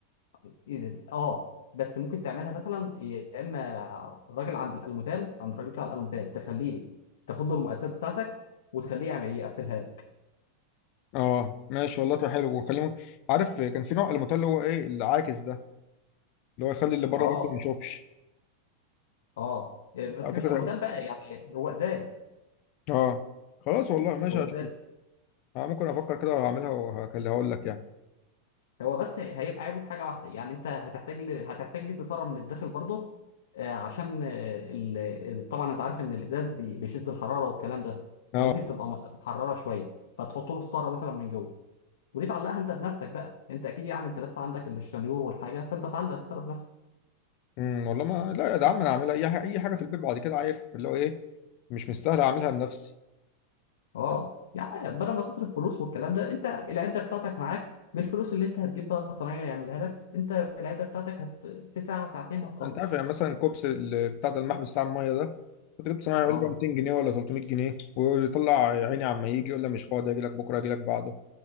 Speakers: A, on the left (about 85°); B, on the left (about 35°).
A: إذا- اه بس ممكن تعملها مثلا يا اما الراجل عند الالموتال عند الراجل بتاع الالموتال تخليه تاخد له المقاسات بتاعتك وتخليه يعمل يقفلها لك
B: اه ماشي والله تبقى حلو وخلي عارف كان في نوع الموتيل اللي هو ايه العاكس ده اللي هو يخلي اللي بره
A: اه
B: برضه ما يشوفش
A: اه بس
B: اعتقد
A: مش الموتال
B: هيبقى
A: بقى يعني هو ازاز
B: اه خلاص والله ماشي
A: هو
B: هشوف
A: ازاز
B: آه ممكن افكر كده وهعملها وهكلها اقول لك يعني
A: هو بس هيبقى عيبه في حاجه واحده يعني انت هتحتاج ل... هتحتاج ليه ستاره من الداخل برضه آه، عشان آه، ال... ال- طبعا انت عارف ان الازاز بي... بيشد الحراره والكلام ده
B: اه
A: فممكن تبقى م- محرره شويه فتحط له ستاره مثلا من جوه وليه تعلقها انت بنفسك بقى انت اكيد يعني انت لسه عندك الشنيور والحاجه فانت تعلق الستاره بنفسك
B: امم والله ما لا يا عم انا هعملها اي حاجه اي حاجه في البيت بعد كده عارف اللي هو ايه مش مستاهل اعملها لنفسي
A: اه يعني بدل ما تصرف فلوس والكلام ده انت العده بتاعتك معاك بالفلوس اللي انت هتجيب بقى الصنايعي يعملها لك انت بالعده بتاعتك هت... في ساعه ساعتين هتخلص
B: انت عارف يعني مثلا كوبس ال- بتاع ده المحبس بتاع الميه ده كنت جبت صناعي
A: اه
B: يقول لي بقى 200 جنيه ولا 300 جنيه ويطلع يا عيني عما يجي يقول لي مش فاضي اجي لك بكره اجي لك بعده